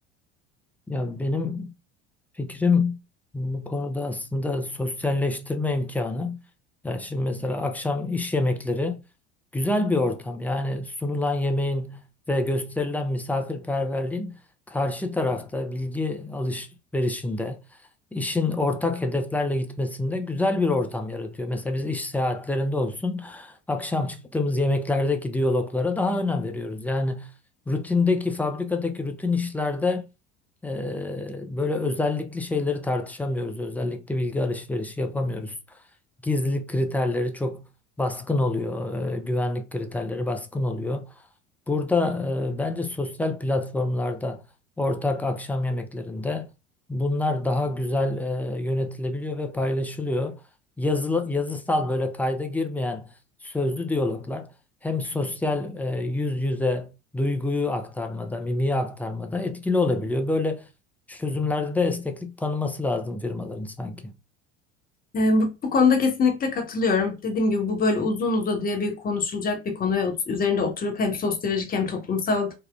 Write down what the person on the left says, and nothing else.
Yani bu, bu konuda kesinlikle katılıyorum. Dediğim gibi bu böyle uzun uzadıya bir konuşulacak bir konu ve ut- üzerinde oturup hem sosyolojik hem toplumsal